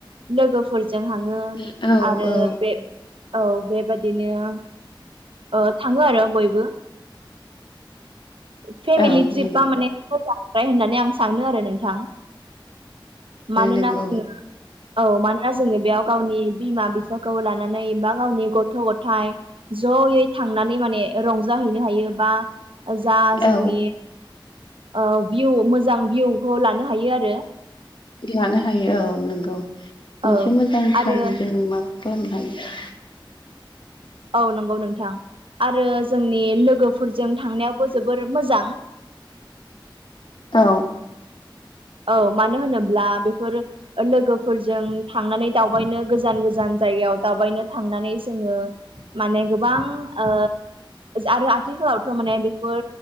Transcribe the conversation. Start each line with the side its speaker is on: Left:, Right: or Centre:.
Right: लोगोफोरजों हाङो
Left: नोंथां औ
Right: आरो
Left: औ
Right: बे औ बेबाददिनो ओ थाङो आरो बयबो। फेमिलि
Left: औ
Right: ट्रिपा
Left: नंगौ
Right: माने मोजां होननानै आं सानो आरो नोंथां। मानोना
Left: नंगौ
Right: औ मानोना जोङो बेयाव गावनि बिमा बिफाखौ लानानै बा गावनि गथ' गथाय जयै थांनानै माने रंजाहैनो हायो बा जा जोंनि
Left: औ
Right: ओ भिउ मोजां भिउखौ लानो हायो आरो।
Left: लानो हायो औ नोंगौ मोनसे
Right: औ
Left: मोजां सम
Right: आरो
Left: जों माबा खालामनो हायो।
Right: औ नंगौ नोंथां। आरो जोंनि लोगोफोरजों थांनायावबो जोबोर मोजां।
Left: औ।
Right: औ मानो होनोब्ला बेफोर लोगोफोरजों थांनानै दावबायनो गोजान गोजान जायगायाव दावबायनो थांनानै माने गोबां ओ आरो आथिखालावथ' माने बेफोर